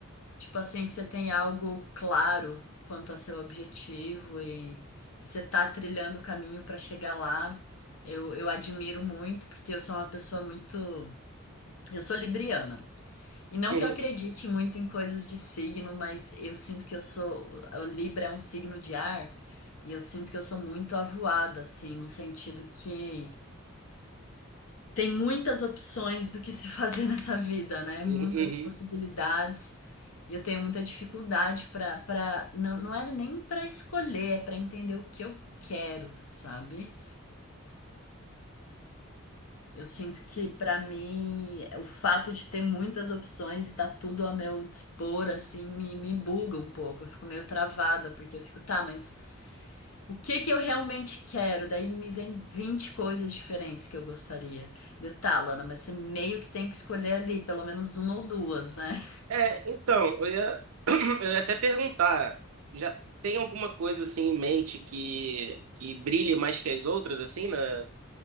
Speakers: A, on the left; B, on the right.
A: Tipo assim, que você tem algo claro quanto a seu objetivo e, e você tá trilhando o caminho para chegar lá. Eu, eu admiro muito, porque eu sou uma pessoa muito. Eu sou libriana. E não
B: <laughs>
A: que eu acredite muito em coisas de signo, mas eu sinto que eu sou. o Libra é um signo de ar, e eu sinto que eu sou muito avoada, assim, no sentido que. Tem muitas opções do que se fazer <laughs> nessa vida, né?
B: Uhum,
A: Muitas
B: uhum.
A: possibilidades. E eu tenho muita dificuldade para para não, não era nem para escolher, é para entender o que eu quero, sabe? Eu sinto que para mim o fato de ter muitas opções e tá tudo a meu dispor assim me, me buga um pouco. Eu fico meio travada porque eu fico, tá, mas O que que eu realmente quero? Daí me vem 20 coisas diferentes que eu gostaria. Deu, tá, Lana, mas você meio que tem que escolher ali, pelo menos uma ou duas, né?
B: É, então, eu ia, <clears throat> eu ia até perguntar, já tem alguma coisa assim em mente que, que brilhe mais que as outras, assim, na,